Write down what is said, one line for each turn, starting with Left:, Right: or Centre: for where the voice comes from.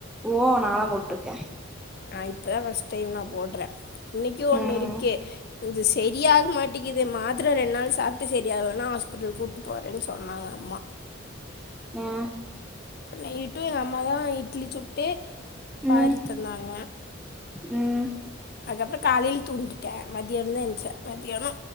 Centre: ஓ நாளாம் போட்ருக்க
Left: நா இப்பதா ஃபஸ்ட் டைம் நா போடுற இன்னைக்கு ஒன்னு
Centre: ம்
Left: இருக்கு இது சரியாக மாட் டிக்குது மாத்திர ரெண்டு நாள் சாப்ட்டு சரியாகலன்னா ஹாஸ்பிட்டலு கூப்ட்டு போறன்னு சொன்னாங்க அம்மா
Centre: ஏ
Left: நைட்டு எங்க அம்மா தா இட்லி சுட்டு பாரி
Centre: ம்
Left: தந்தாங்க
Centre: ம்
Left: அதுக்கப்புறோ காலையில தூங்கிட்ட மத்தியான தா என்ச்சே மத்தியானோ